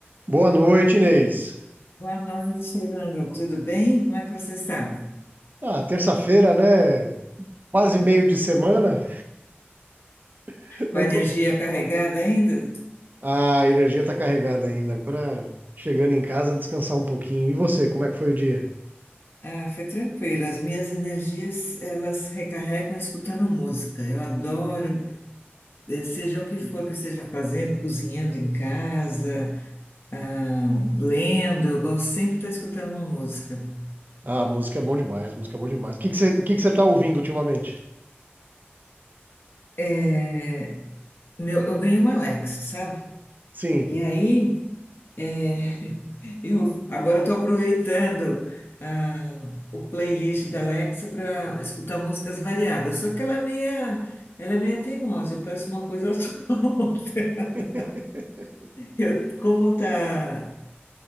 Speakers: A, on the right; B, on the left.
A: Boa noite, Inês.
B: Boa noite, Manu. Tudo bem? Como é que você está?
A: Ah, terça-feira, né? Quase meio de semana. <laughs>
B: Com
A: Eu
B: a energia
A: tô... bem.
B: carregada ainda?
A: Ah, a energia tá carregada ainda. Agora chegando em casa, descansar um pouquinho. E você, como é que foi o dia?
B: Ah, foi tranquilo. As minhas energias, elas recarregam escutando música. Eu adoro, eh, seja o que for que eu esteja fazendo, cozinhando em casa, ah, lendo, eu gosto sempre de estar escutando uma música.
A: Ah, música é bom demais, música é bom demais. O que que você, o que que você tá ouvindo ultimamente?
B: É, meu, eu ganhei uma Alexa, sabe?
A: Sim.
B: E aí, É, eu agora estou aproveitando ah, o playlist da Alexa para escutar músicas variadas. Só que ela é meia, ela é meia teimosa. Eu peço uma coisa, ela <laughs> toca outra.
A: <laughs>
B: Eu, como está